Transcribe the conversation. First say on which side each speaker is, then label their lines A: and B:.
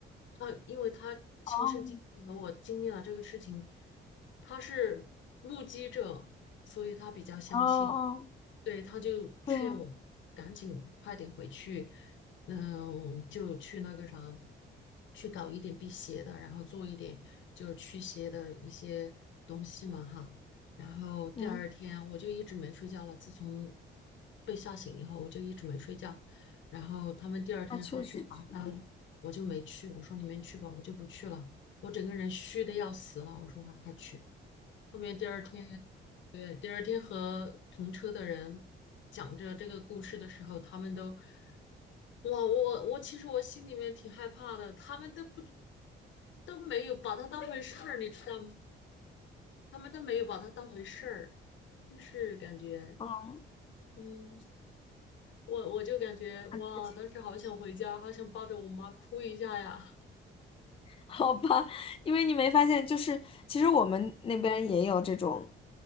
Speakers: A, on the left (about 70°); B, on the left (about 30°).
A: 他因为他亲身经历和我经历了这个事情，
B: 哦
A: 他是目击者，所以他比较相信。
B: 哦哦，
A: 对，他就劝我赶紧快点回去，
B: 对呀。
A: 嗯，就去那个啥，去搞一点辟邪的，然后做一点就是驱邪的一些东西嘛哈。然后第二天我就一直没睡觉了，
B: 嗯。
A: 自从被吓醒以后，我就一直没睡觉。然后他们第二天说去爬山，
B: 那确实是，
A: 我就没去。我说你们去吧，我就不去了。我整个人虚的要死了。我说还还去。后面第二天，对，第二天和同车的人讲着这个故事的时候，他们都，哇，我我其实我心里面挺害怕的。他们都不都没有把它当回事儿，你知道吗？他们都没有把它当回事儿，就是感觉。
B: 嗯，
A: 嗯，我我就感觉哇，
B: 那确实，
A: 当时好想回家，
B: <laughs>
A: 好想抱着我妈哭一下呀。
B: 好吧，因为你没发现，就是其实我们那边也有这种